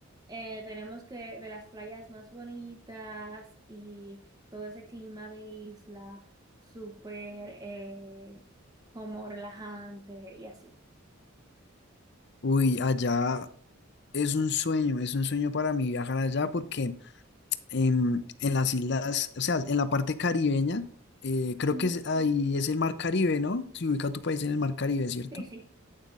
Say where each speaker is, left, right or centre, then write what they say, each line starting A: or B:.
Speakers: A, on the right; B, on the left.
A: eh, tenemos que de las playas más bonitas y todo ese clima de isla súper eh, como relajante y así.
B: Uy, allá es un sueño, es un sueño para mí viajar allá porque... en, en las islas, o sea, en la parte caribeña, eh, creo
A: Ujú.
B: que es- ahí es el mar Caribe, ¿no? Se ubica tu país en el mar Caribe, ¿cierto?
A: Sí, sí,